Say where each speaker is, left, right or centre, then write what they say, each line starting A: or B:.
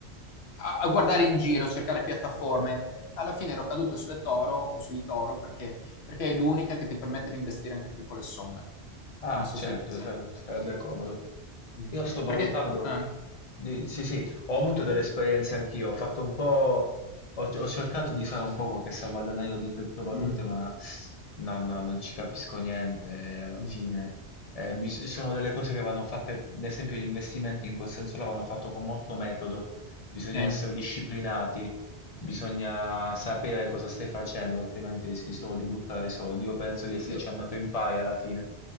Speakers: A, on the left; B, on the left.
A: a, a guardare in giro, a cercare piattaforme. Alla fine ero caduto su eToro, su eToro perché, perché è l'unica che ti permette di investire anche piccole somme.
B: Ah,
A: Non so
B: certo,
A: se è presente.
B: sa- sarebbe comodo.
A: Mm.
B: Io sto valutando,
A: Perché... ah,
B: di- sì, sì, ho avuto delle esperienze anch'io, ho fatto un po', ho, ho cercato di fare un po' qualche salvadanaio di criptovalute,
A: mm.
B: ma no, no, non ci capisco niente, eh, alla
A: Mh.
B: fine eh, bis- sono delle cose che vanno fatte, ad esempio gli investimenti in quel senso là vanno fatto con molto metodo, bisogna
A: Sì.
B: essere disciplinati, bisogna sapere cosa stai facendo, altrimenti rischi solo di buttare soldi. Io penso di esserci
A: Io
B: andato in pari alla fine.